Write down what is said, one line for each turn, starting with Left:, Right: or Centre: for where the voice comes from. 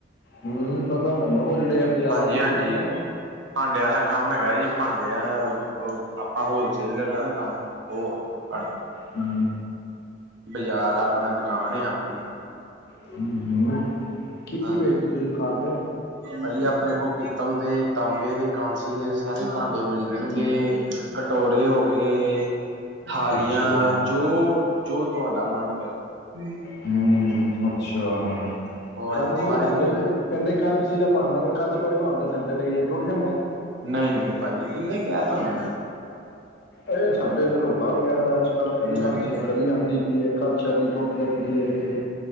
Left: ਹੂੰ, ਪਤਾ ਮੈਨੂੰ ਓ ਜੇੜੇ ਆ ਬਾਜ਼ਾਰਾਂ
Right: ਹਾਂਜੀ-ਹਾਂਜੀ,
Left: ਚ ਵਿਕਦੇ ਨੇ
Right: ਭਾਂਡਿਆਂ ਦਾ ਕੰਮ ਹੈਗਾ
Left: ਅੱਛਾ
Right: ਜੀ, ਭਾਂਡੇ ਓ ਆਪਾਂ ਹੋਲਸੇਲਰ ਲੈ ਲਾਗੇ ਕੰਮ, ਓ ਅੱਡ
Left: ਹੂੰ।
Right: ਬਾਜ਼ਾਰ ਆਪਣਾ, ਦੁਕਾਨ ਐ ਆਪਣੀ।
Left: ਹੂੰ-ਹੂੰ, ਕੀ-ਕੀ
Right: ਹਾਂਜੀ
Left: ਵੇਚਦੇ ਓ ਤੁਸੀਂ ਦੁਕਾਨ ਤੇ।
Right: ਭਾਜੀ ਆਪਣੇ ਕੋਲ ਪਿੱਤਲ ਦੇ, ਤਾਂਬੇ ਦੇ, ਕਾਂਸੀ ਦੇ ਸਾਰੇ ਭਾਂਡੇ ਮਿਲ ਜਾਣਗੇ। ਕਟੋਰੇ ਹੋਗੇ। ਥਾਲੀਆਂ
Left: ਅੱਛਾ
Right: ਜੋ-ਜੋ ਤੁਆਡਾ ਮਨ ਕਰੇ।
Left: ਹੂੰ, ਅੱਛਾ
Right: ਤੁਹਾਡੇ
Left: ਕਾਂਸੀ
Right: ਕੋਲ
Left: ਦੇ
Right: ਹਰ
Left: ਬਣ
Right: ਇੱਕ
Left: ਦੇ
Right: ਚੀਜ਼
Left: ਜੇ, ਕੈਦੇ ਕਾਂਸੀ ਦਾ ਭਾਂਡਾ ਤੇ ਕੱਚ ਵਰਗਾ ਹੁੰਦਾ, ਥੱਲੇ ਡਿੱਗ ਜੇ ਟੁੱਟ ਜਾਂਦੈ।
Right: ਨਈ-ਨਈ ਭਾਅ ਜੀ, ਕੀਨੇ ਕਿਆ ਤੁਆਨੂੰ?
Left: ਇਹ ਸਾਡੇ ਤੇ ਰੌਲਾ ਪਿਆ ਦਾ, ਅੱਜ-ਕੱਲ੍ਹ ਕਹਿੰਦੇ ਕਾਂਸੀ
Right: ਹਾਂਜੀ
Left: ਨਕਲੀ ਆਂਦੀ ਪੀ ਏ। ਕਾਚ ਆਲੀ ਟੁਟ ਲੰਬੀਏ।